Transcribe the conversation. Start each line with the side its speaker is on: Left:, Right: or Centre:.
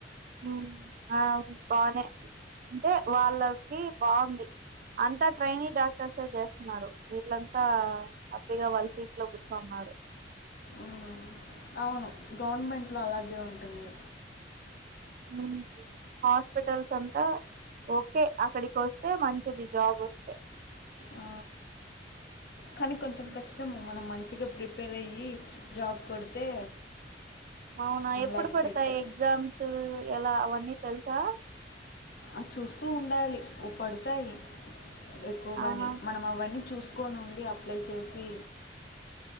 Right: హుమ్ ఆ బానే అంటే వాళ్ళకి బాగుంది అంతా ట్రైని డాక్టర్సే చేస్తున్నారు వీళ్ళంతా హ్యాపీగా వాళ్ళ సీట్ లో కూర్చున్నారు
Left: మ్మ్. అవును గవర్నమెంట్ లో అలాగే ఉంటుంది
Right: ఉమ్ హాస్పిటల్స్ అంతా ఓకే అక్కడికి వస్తే మంచిది జాబ్ వస్తే
Left: ఆ, కానీ కొంచెం
Right: హ్మ్.
Left: కష్టము మనం మంచి గా ప్రిపేర్ అయ్యి జాబ్ కొడితే
Right: అవునా ఎప్పుడు
Left: లైఫ్
Right: పడతాయి
Left: సెట్
Right: ఎగ్జామ్స్ ఎలా అవన్నీ తెలుసా
Left: ఆ చూస్తూ ఉండాలి పడతాయి ఎక్కువగానే
Right: ఆహా
Left: మనం అవన్నీ చూస్ తీసుకో నుండి అప్లై చేసి